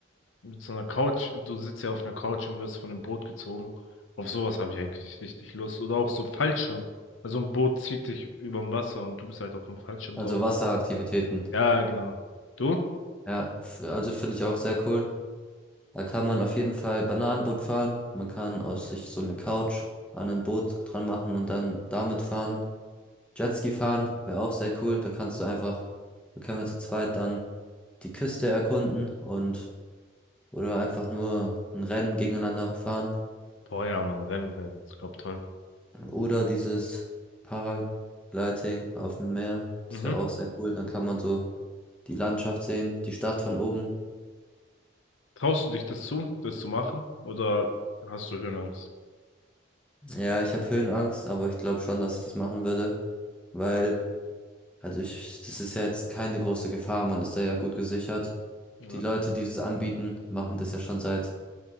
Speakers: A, on the left (about 80°); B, in the centre.
A: Mit so einer Couch, du sitzt ja auf einer Couch und wirst von dem Boot gezogen. Auf sowas habe ich eigentlich richtig Lust. Oder auch so Fallschirm. Also ein Boot zieht dich überm Wasser und du bist halt auf dem Fallschirm
B: Also
A: drauf.
B: Wasseraktivitäten.
A: Ja, genau. Du?
B: Ja, f- also finde ich auch sehr cool. Da kann man auf jeden Fall Bananenboot fahren. Man kann aus sich so eine Couch an ein Boot dran machen und dann damit fahren. Jetski fahren wäre auch sehr cool. Da kannst du einfach, da können wir zu zweit dann die Küste erkunden und oder einfach nur ein Rennen gegeneinander fahren.
A: Boah, ja, Mann, wenn, wenn. Ich glaub, toll.
B: Oder dieses Paragliding auf dem Meer. Das
A: Mhm.
B: wäre auch sehr cool. Dann kann man so die Landschaft sehen, die Stadt von oben.
A: Traust du dich das zu, das zu machen? Oder hast du Höhenangst?
B: Ja, ich habe Höhenangst, aber ich glaube schon, dass ich das machen würde, weil, also ich, das ist ja jetzt keine große Gefahr. Man ist da ja gut gesichert.
A: Ja.
B: Die Leute, die das anbieten, machen das ja schon seit